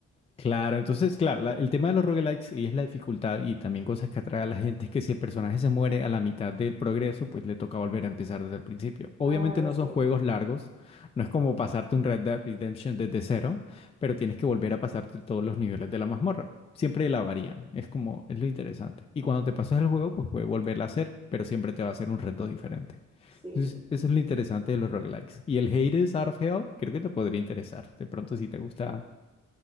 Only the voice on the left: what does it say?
Claro, entonces, claro, la- el tema de los roguelikes y es la dificultad y también cosas que atrae a la gente es que si el personaje se muere a la mitad del progreso, pues le toca volver a empezar desde el principio. Obviamente
no
son juegos largos, no es como pasarte un Red Dead Redemption desde cero, pero tienes que volver a pasarte todos los niveles de la mazmorra. Siempre la varían, es como, es lo interesante. Y cuando te pasas el juego, pues puedes volverla a hacer, pero siempre te va a ser un reto diferente.
Entonces, eso es lo interesante de los roguelikes. Y el Hades Out of Hell, creo que te podría interesar. De pronto, si te gusta